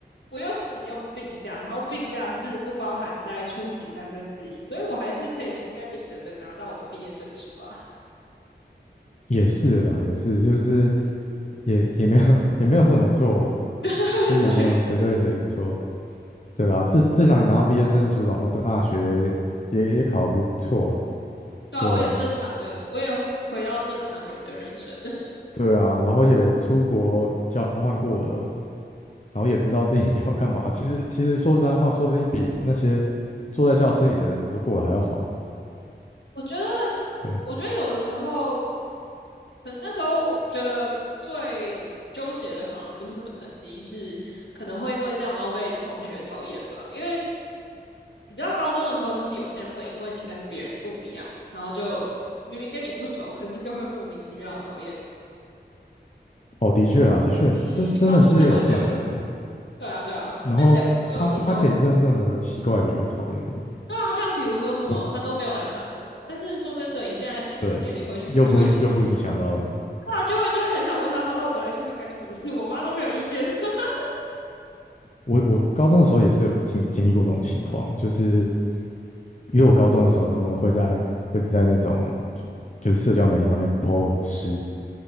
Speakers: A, on the left; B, on the left.
A: 我有使用病假，然后病假是不包含在出席三分之一，所以我还是可以心安理得的拿到我的毕业证书啊。
B: 也是啦，也是，就是也也没有 <laughs> 也没有什么错，
A: <laughs>
B: 就是也没有谁对谁错，
A: 对，
B: 对吧？至至少你拿到毕业证书，然后到大学也也考得不错，
A: 对啊，
B: 对不对？
A: 我也正常的，我也回回到正常人的人生。<laughs>
B: 对啊，然后也出国交换过了，然后也知道自己 <laughs> 要干嘛。其实其实说实在话，说不定比那些坐在教室里的人都过得还要好。
A: 我觉得，
B: 对啊，
A: 我觉得有的时候，可能那时候我觉得最纠结的反而不是什么成绩，是可能会因为这样然后被同学讨厌吧，因为你知道高中的时候，就是有些人会因为你跟别人不一样，然后就明明跟你不熟，可是就会莫名其妙的讨厌
B: 哦，的确啊，的确，
A: 你。
B: 真真的是有这种人呢。
A: 嗯，高中生会这样。对啊，对啊。
B: 然后他他可以用任何奇怪的理由讨厌你，
A: 那你的，嗯，你说，对啊，像比如说什么，
B: 我
A: 他都没有来上课，但是说真的，以现在的心智年龄回去就会觉，
B: 对，又不又不影响到你
A: 对啊，就会就会很想问他说，哦，我不来上课干你什么事？我妈都没有意见。<laughs>
B: 我。我高中的时候也是有经经历过这种情况，就是因为我高中的时候呢，会在会在那种就就是社交媒体上面 po 诗，